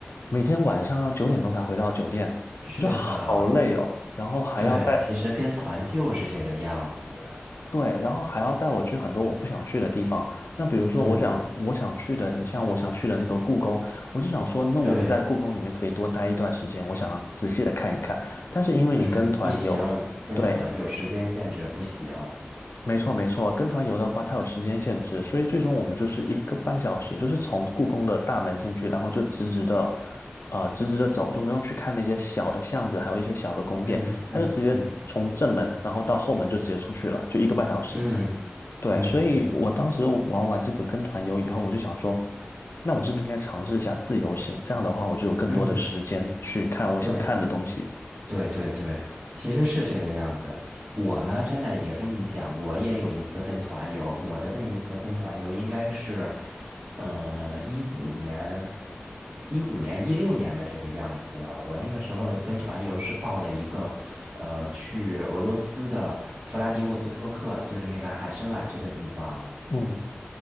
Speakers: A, on the left (about 75°); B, on the right (about 70°).
A: 每天晚上要九点钟才回到酒店，
B: 是的，
A: 好累哦，然后还要带
B: 对，其实跟团就是这个样子。
A: 对，然后还要带我去很多我不想去的地方。那比如说，
B: 嗯，
A: 我想我想去的，你像我想去的那个故宫，我就想说，那我们在故宫里面可以多待一段时间，
B: 对，
A: 我想要仔细的看一看。但是因为你跟团游，
B: 嗯，不行，跟团有时间限制，
A: 对，
B: 不行。
A: 没错没错，跟团游的话，它有时间限制，所以最终我们就是一个半小时，就是从故宫的大门进去，然后就直直的，呃，直直的走，就没有去看那些小的巷子，还有一些小的宫殿，
B: 嗯嗯嗯
A: 他就直接从正门，然后到后门就直接出去了，就一个半小时。
B: 嗯
A: 对，
B: 嗯嗯
A: 所以我当时玩完这个跟团游以后，我就想说，那我是不是应该尝试一下自由行？这样的话，我就有更多的时间去看我想看的东西。
B: 嗯，对对对对，其实是这个样子。我呢，真的也跟你讲，我也有一次跟团游，我的那一次跟团游应该是，呃，一五年、一五年、一六年的这个样子了。我那个时候跟团游是报了一个，呃，去俄罗斯的弗拉迪沃斯托克，就是那个海参崴这个地方。
A: 嗯